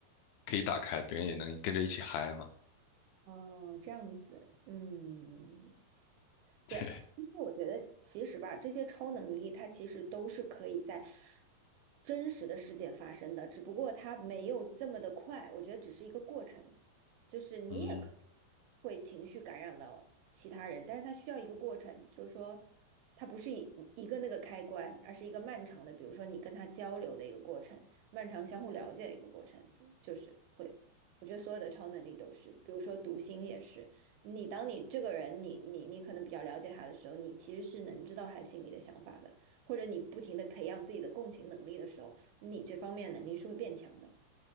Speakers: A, on the left (about 80°); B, on the right (about 80°).
A: 可以打开，别人也能跟着一起嗨嘛。
B: 哦，这样子，嗯。
A: <laughs> 对，
B: 对，因为我觉得其实吧，这些超能力它其实都是可以在真实的世界发生的，只不过它没有这么的快，我觉得只是一个过程，就是你也可以
A: 嗯
B: 会情绪感染到其他人，但是它需要一个过程，就是说它不是一一个那个开关，而是一个漫长的，比如说你跟他交流的一个过程，漫长相互了解的一个过程，就是会，我觉得所有的超能力都是，比如说读心也是。你当你这个人，你你你可能比较了解他的时候，你其实是能知道他心里的想法的，或者你不停的培养自己的共情能力的时候，你这方面能力是会变强的，